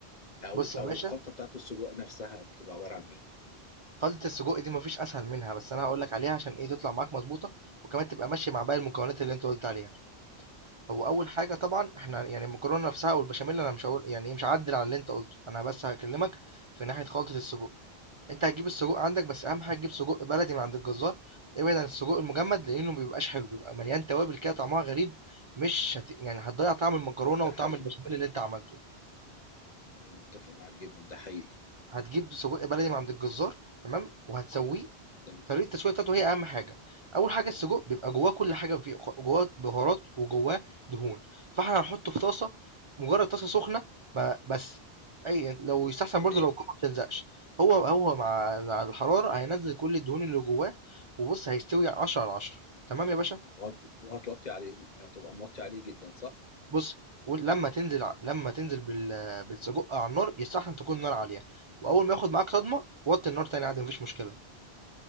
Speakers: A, on the left; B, on the right.
A: او
B: بص يا
A: او
B: باشا
A: الخلطه بتاعت السجق نفسها بتبقى عباره عن ايه
B: خلطة السجق دي ما فيش أسهل منها، بس أنا هاقول لك عليها عشان إيه تطلع معاك مضبوطة، وكمان تبقى ماشية مع باقي المكونات اللي أنت قُلت عليها.
A: قول.
B: هو أول حاجة طبعًا إحنا يعني المكرونة نفسها والبشاميل أنا مش هاقول يعني إيه مش هاعدِّل على اللي أنت قُلته، أنا بس هاكلمك في ناحية خلطة السجق. أنت هتجيب السجق عندك، بس أهم حاجة تجيب سجق بلدي من عند الجزار، ابعد عن السجق المجمد لإنه ما بيبقاش حلو، بيبقى مليان توابل كده طعمها غريب، مش هت يعني هتضيّع طعم المكرونة
A: ده
B: وطعم
A: حقيقي
B: البشاميل اللي أنت عملته.
A: تمام متفق معاك جدا ده حقيقي
B: هتجيب سجق بلدي من عند الجزار تمام، وهتسويه
A: تمام
B: طريقة التسوية بتاعته هي أهم حاجة، أول حاجة السجق بيبقى جواه كل حاجة فيه خ- جواه بهارات وجواه دهون، فإحنا هنحطه في طاسة مجرد طاسة سخنة ب- بس أي يعني لو يستحسن
A: تمام
B: برضه لو القوة ما بتلزقش، هو هو مع مع الحرارة هينزل كل الدهون اللي جواه وبص هيستوي 10 على 10 تمام يا باشا؟
A: وهت- وهتوطي عليه هتبقى موطي عليه جدا صح؟
B: بص ولما تنزل ع- لما تنزل بال- بالسجق على النار يستحسن تكون النار عالية، وأول ما ياخد معاك صدمة وطي النار تاني عادي مفيش مشكلة.